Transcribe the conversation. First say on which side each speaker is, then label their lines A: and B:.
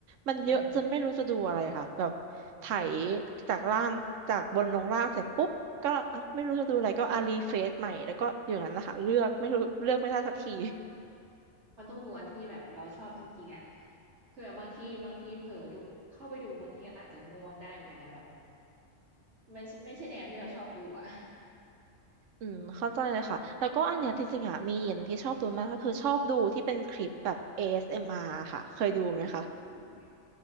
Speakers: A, on the right; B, on the right.
A: มันเยอะจนไม่รู้จะดูอะไรค่ะแบบไถ
B: อืมอืม
A: จากล่างจากบนลงล่างเสร็จปุ๊บก็อ่ะไม่รู้จะดูอะไรก็อารีเฟซใหม่แล้วก็อย่างนั้นนะคะเลือกไม่รู้เลือกไม่ได้สักที
B: มันต้องดูอันที่แบบเราชอบจริงๆอ่ะเผื่อบางทีบางทีเผลอดูเข้าไปดูบางทีก็อาจจะง่วงได้เหมือนกันนะแบบไม่ใช่ไม่ใช่แนวที่เราชอบดูอ่ะ
A: <laughs> อืมเข้าใจเลยค่ะแล้วก็อันเนี้ยจริงๆอะมีอีกอย่างนงที่ชอบดูมากก็คือชอบดูที่เป็นคลิปแบบ ASMR ค่ะเคยดูไหมคะ
B: อืม